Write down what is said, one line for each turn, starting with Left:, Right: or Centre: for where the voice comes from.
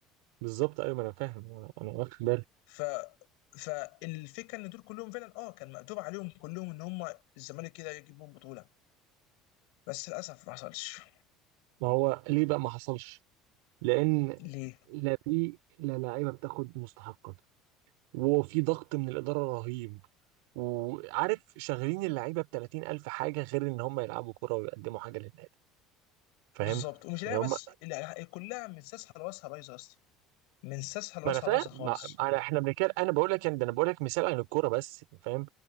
Right: بالظبط أيوة ما أنا فاهم أنا أنا واخد بالي
Left: ف فالفكره ان دول كلهم فعلا اه كان مقدور عليهم كلهم ان هم الزمالك كده يجيبهم بطوله بس للاسف ما حصلش
Right: ما هو ليه بقى ما حصلش؟ لأن
Left: ليه
Right: لا في لا لعيبة بتاخد مستحقها وفي ضغط من الإدارة رهيب وعارف شغالين اللعيبه ب 30000 حاجه غير ان هم يلعبوا كوره ويقدموا حاجه للنادي فاهم
Left: بالظبط ومش لاعب
Right: يعني هم
Left: بس لا، كلها من ساسها لواسها بايظه اصلا من ساسها لواسها
Right: ما انا فاهم
Left: بايظه خالص
Right: ما... انا احنا بنتكلم انا بقول لك ده انا بقول لك مثال عن الكوره بس فاهم